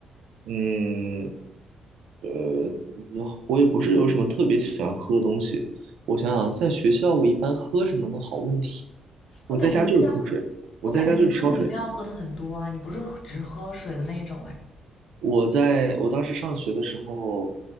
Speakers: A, on the right; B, on the left.
A: 嗯，呃，我也不是有什么特别喜欢喝的东西。我想想，在学校我一般喝什么呢？好问题。
B: 我感觉你一般，
A: 我在家就是喝水，我在家就是烧水。
B: 我感觉你喝饮料喝的很多啊，你不是喝只喝水的那一种哎？
A: 我在我当时上学的时候，